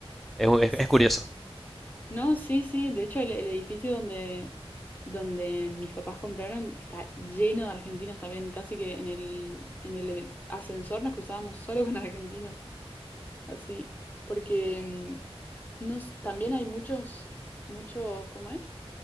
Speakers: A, in the centre; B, on the left.
A: Es, es-
B: sí,
A: es curioso.
B: No, sí, sí. De hecho, el, el edificio donde, donde mis papás compraron está lleno de argentinos también. Casi que en el, en el ascensor nos cruzábamos solo con argentinos. Así. Porque mm, nos, también hay muchos, muchos, ¿cómo es?